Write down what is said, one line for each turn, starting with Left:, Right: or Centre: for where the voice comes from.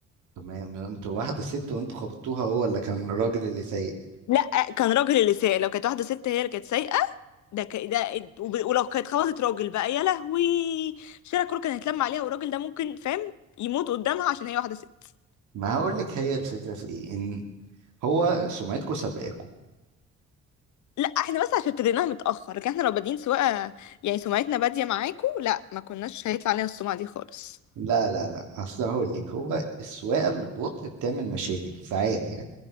Right: تمام انتوا واحده ست وانتوا خبطتوها هو اللي كان الراجل اللي سايق
Left: لا كان راجل اللي سايق لو كانت واحده ست هي اللي كانت سايقه ده ك... ده وب- ولو كانت خبطت راجل بقى يا لهوي الشارع كله كان هيتلم عليها والراجل ده ممكن فاهم يموت قدامها عشان هي واحده ست
Right: ما هقول لك هي الفكره في ايه ان هو سمعتكم سابقاكم
Left: لا احنا بس عشان ابتديناها متأخر لكن احنا لو بادئين سواقة يعني سمعتنا بادية معاكم لا ما كناش هيطلع علينا السمعة دي خالص
Right: لا لا لا اصل هقول لك هو السواقه اللي ببطء بتعمل مشاكل ساعات يعني